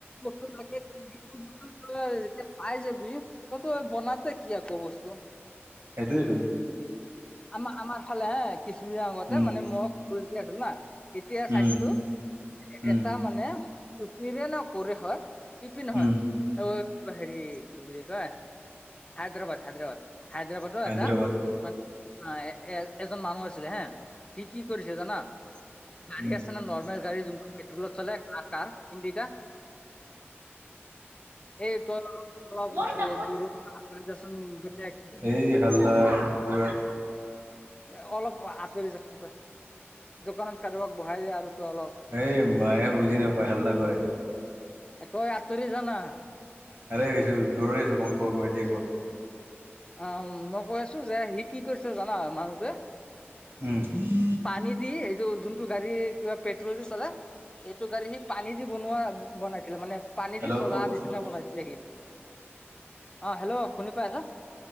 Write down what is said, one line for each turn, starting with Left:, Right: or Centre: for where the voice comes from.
Left: বস্তু লাগে বস্তু যেতিয়া পাই যাবি। ততো বনাতে কি আকৌ বস্তু।
Right: সেইটো এইটো।
Left: আম-আমাৰ ফালে হা কিছুদনৰ আগতে
Right: উম
Left: মানে মই আছিলো না। তেতিয়া
Right: উম
Left: চাইছিলো
Right: উম
Left: এটা মানে কিৰে ন কৰে হয়। ইপি নহয়
Right: উম
Left: হেৰি কি বুলি কয়। হাইদ্ৰবাদ, হাইদ্ৰবাদ, হাইদ্ৰবাদৰ
Right: হায়দৰাবাদ
Left: এটা মানে। অ', এ-এ-এজন মানুহ আছিলে হে সি কি কৰিছে জানা। গাড়ী
Right: <unintelligible>
Left: আছে ন নৰ্মেল গাড়ী যোনটো পেট্ৰলত চলে কাৰ কাৰ ইণ্ডিকা এই তই অলপ
Right: বল না।
Left: অ- দূৰত আঁতৰি যাচোন বেলেগ
Right: এই হাল্লা পৰা।
Left: এ, অলপ আঁতৰি যায়ই দোকানত কাৰোবাক বহাই যায় আৰু। তই অলপ
Right: এই মায়ে বুজি নাপায় হাল্লা কৰে।
Left: ত, আতৰি জা না।
Right: আৰেছো দূৰৰে আছো গম কোৱা ক এতিয়াই কোৱা?
Left: অ', মই কৈ আছো যে সি কি কৰিছে জানা মানুহটোৱে।
Right: উম।
Left: পানী দি এইটো যোনটো গাড়ি কিবা পেট্ৰোল দি চলে। এইটো গাড়ী সি পানী দি বনোৱা বনাইছিলে মানে, পানী
Right: হেল্ল'
Left: দি চলা
Right: উম
Left: নিচিনা বনাইছিলে সি। অ', হেল্ল' শুনি পাইছা?